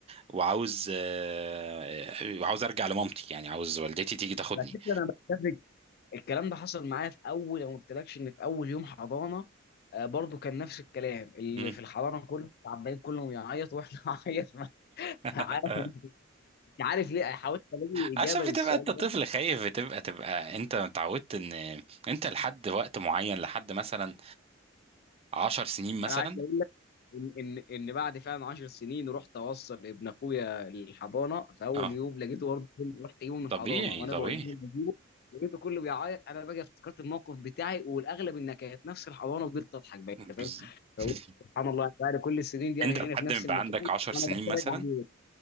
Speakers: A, on the right (about 30°); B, on the left (about 50°).
A: وعاوز آه، آه، وعاوز أرجع لمامتي يعني عاوز والدتي تيجي تاخدني
B: على فكره انا بتفق الكلام ده حصل معايا في اول ما قلتلكش ان في اول يوم حضانه آه، برضو كان نفس الكلام اللي
A: مم.
B: في الحضانه كله عمالين كلهم يعيط واحنا <laughs> عيط معاه مش
A: <laughs>
B: عارف مش عارف ليه حاولت الاقي
A: عشان
B: اجابه للسؤال
A: بتبقى انت طفل
B: ده
A: خايف بتبقى تبقى انت اتعودت ان انت لحد وقت معين لحد مثلا عشر سنين مثلا
B: انا ان ان ان بعد فعلا 10 سنين رحت اوصل ابن اخويا الحضانه في اول
A: اه
B: يوم لقيته برضه رحت اجيبه من الحضانه
A: طبيعي
B: وانا
A: طبيعي
B: بوديه بجيبه لقيته كله بيعيط انا بقى افتكرت الموقف بتاعي والاغلب انها كانت نفس الحضانه فضلت اضحك بقى انت
A: بالظبط
B: فاهم
A: <laughs>
B: فقلت سبحان الله بعد كل السنين دي
A: انت
B: انا هنا
A: لحد
B: في نفس
A: ما يبقى
B: المكان
A: عندك 10 سنين
B: وانا بتفرج
A: مثلا
B: عليه